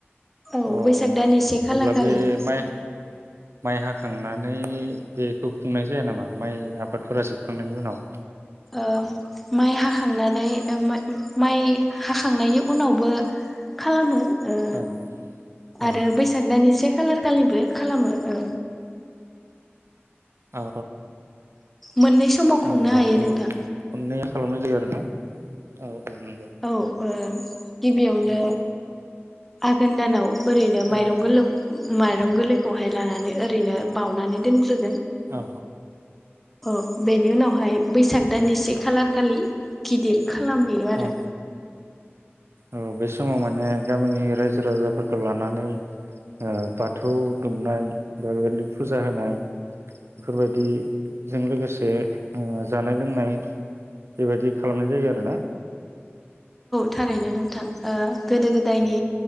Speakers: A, in the centre; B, on the right.
A: औ
B: अ
A: बैसाग दाननि से खालार
B: अब्ला
A: खालि।
B: बे माइ माइ हाखांनानै बेखौ खुंनाय जाया नामा माइ आबादफोरा जोबखांनायनि उनाव
A: ओम माइ हाखांनानै माइ हाखांनायनि उनावबो खालामो। ओ
B: औ औ
A: आरो बैसाग दाननि से खालार खालिबो खालामो ओ
B: औ
A: मोननै समाव खुंनो
B: अब्लाथ'
A: हायो नोंथां
B: खननैया खालामनाय जायो आरो ना औ औ नंगौ
A: औ ओ गिबियावनो
B: उम
A: आघोन दानाव ओरैनो माइरं
B: औ
A: गोलौ माइरं गोरलैखौहाय लानानै ओरैनो बाउनानै दोनग्रो
B: औ
A: औ बेनि उनाव ओहाय बैसाग दान एसे खालार खालि गिदिर खालामहैयो आरो
B: औ औ बे समाव माने गामिनि रायजो राजाफोरखौ लानानै बाथौ दुमनाय बा बेबायदिनो फुजा होनाय बेफोरबायदिजों लोगोसे ओ जानाय लोंनाय बेबायदि खालामनाय जायो आरोना
A: थारैनो नोंथां ओ गोदो गोदायनि
B: औ